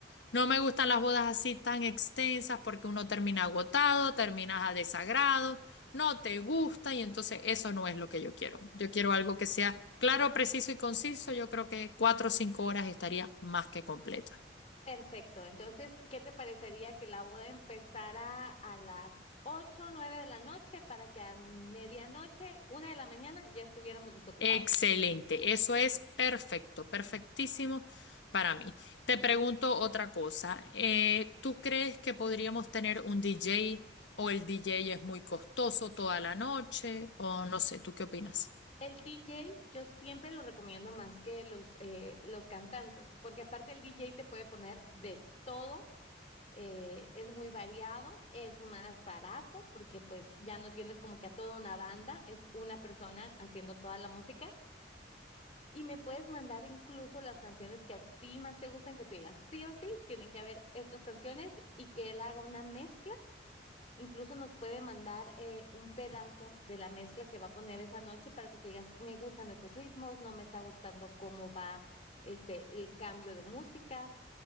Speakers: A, on the left; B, on the left.
A: No me gustan las bodas así tan extensas porque uno termina agotado, terminas a desagrado no te gusta y entonces eso no es lo que yo quiero. Yo quiero algo que sea claro, preciso y conciso. Yo creo que cuatro o cinco horas estaría más que completa.
B: Perfecto. Entonces, ¿qué te parecería que la boda empezara a las 8, o 9 de la noche para que a medianoche, una de la mañana, ya estuviéramos desocupados?
A: Excelente, eso es perfecto, perfectísimo para mí. Te pregunto otra cosa. eh, ¿tú crees que podríamos tener un DJ o el DJ es muy costoso toda la noche? O no sé, ¿tú qué opinas?
B: El DJ yo siempre lo recomiendo más que los, eh, los cantantes, porque aparte el DJ te puede poner de todo, eh, es muy variado, es más barato, porque pues ya no tienes como que a toda una banda, es una persona haciendo toda la música. Y me puedes mandar incluso las canciones que a ti más te gustan, que tú digas sí o sí, tienen que haber estas canciones y que él haga una mezcla Incluso nos puede mandar eh, un pedazo de la mezcla que va a poner esa noche para que tú digas, me gustan esos ritmos, no me está gustando cómo va este el cambio de música.